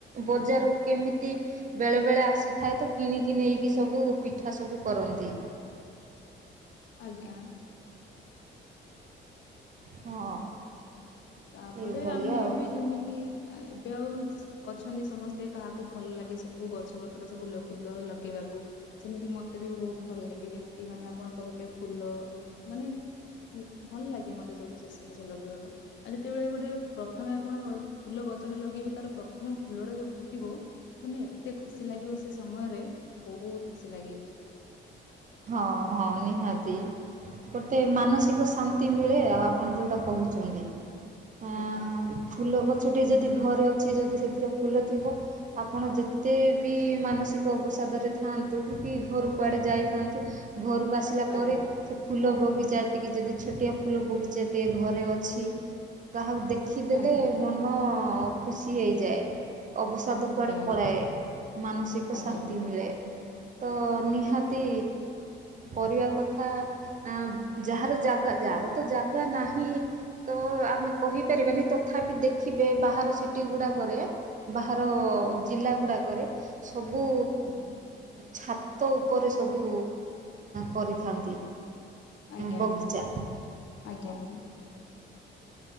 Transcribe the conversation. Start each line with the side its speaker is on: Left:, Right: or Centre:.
Right: ବଜାରକୁ କେମିତି ବେଳେ ବେଳେ ଆସିଥାଏ ତ କିଣିକି ନେଇକି ସବୁ ପିଠା ସବୁ କରନ୍ତି।
Left: ଆଜ୍ଞା
Right: ହଁ
Left: ତାପରେ
Right: ଏଇଭଳିଆ
Left: ଆମେ
Right: ଆଉ
Left: ଏବେ ଯେମିତି ଏବେ ଆଉ ଅଛନ୍ତି ସମସ୍ତେ କାହାକୁ ଭଲ ଲାଗେ ସବୁ ଗଛ ପତ୍ର ସବୁ ଫୁଲ ଲଗେଇବାକୁ। ସେମିତି ମତେ ବି ବହୁତ ଭଲ ଲାଗେ ଯେମିତି ମାନେ ଆପଣ କହିଲେ ଫୁଲ ମାନେ ଭଲ ଲାଗେ ମତେ ସବୁ ସେଷ ଜିନିଷ ଲଗେଇବାକୁ ଆଉ ଯେତେବେଳେ ଗୋଟେ ପ୍ରଥମେ ଆପଣ ଫୁଲ ଗଛ ଟା ଲଗେଇବେ ତାର ପ୍ରଥମ ଫୁଲ ଟା ଯୋଉ ଫୁଟିବ। ମାନେ ଏତେ ଖୁସି ଲାଗିବ ସେ ସମୟରେ ବହୁତ ଖୁସି ଲାଗେ।
Right: ହଁ ହଁ ନିହାତି ଗୋଟେ ମାନସିକ ଶାନ୍ତି ମିଳେ ଆଉ ଆପଣ ଯୋଉଟା କହୁଛନ୍ତି ଆଁ
Left: ଆଜ୍ଞା।
Right: ଫୁଲ ଗଛଟିଏ ଯଦି ଘରେ ଅଛି ଯଦି ସେଥିରେ ଫୁଲ ଥିବ ଆପଣ ଯେତେ ବି ମାନସିକ ଅବସାଦରେ ଥାଆନ୍ତୁ କି ଘରୁ କୁଆଡ଼େ ଯାଇଥାନ୍ତୁ। ଘରକୁ ଆସିଲା
Left: ଆଜ୍ଞା
Right: ପରେ
Left: ଆଜ୍ଞା
Right: ସେ ଫୁଲ ବଗିଚା ଟିକିଏ ଯଦି ଛୋଟିଆ ଫୁଲ ବଗିଚା ଟିଏ ଘରେ ଅଛି ତାହାକୁ ଦେଖିଦେଲେ
Left: ଆଜ୍ଞା
Right: ମନ ଖୁସି ହେଇଯାଏ। ଅବସାଦ
Left: ଆଜ୍ଞା
Right: କୁଆଡ଼େ ପଳାଏ ମାନସିକ
Left: ଆଜ୍ଞା
Right: ଶାନ୍ତି ମିଳେ। ତ ନିହାତି କରିବା କଥା ଆ ଯାହାର ଜାଗା ଯାହାର ତ ଜାଗା ନାହିଁ ତ ଆମେ କହିପାରିବାନି ତଥାପି ଦେଖିବେ ବାହାର ସିଟି ଗୁଡ଼ାକରେ ବାହାର ଜିଲ୍ଲା ଗୁଡ଼ାକରେ ସବୁ
Left: ଆଜ୍ଞା
Right: ଛା ଛତ ଉପରେ ସବୁ କରିଥାନ୍ତି।
Left: ଆଜ୍ଞା
Right: ବଗିଚା
Left: ଆଜ୍ଞା ଆଜ୍ଞା